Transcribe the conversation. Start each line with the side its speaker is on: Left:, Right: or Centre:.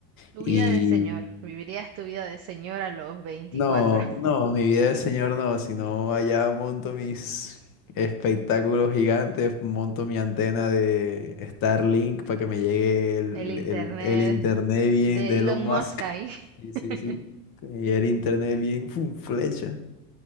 Right: Tu
Left: y
Right: vida de señor. Vivirías tu vida de señor a los 24.
Left: No,
Right: <laughs>
Left: no, mi vida de señor no, sino allá monto mis espectáculos gigantes, monto mi antena de Starlink para que me llegue el,
Right: El internet
Left: el- el internet bien
Right: de
Left: de Elon
Right: Elon
Left: Musk.
Right: Musk ahí.
Left: Sí, sí,
Right: <laughs>
Left: sí. Que me llegue el internet bien fum, flecha.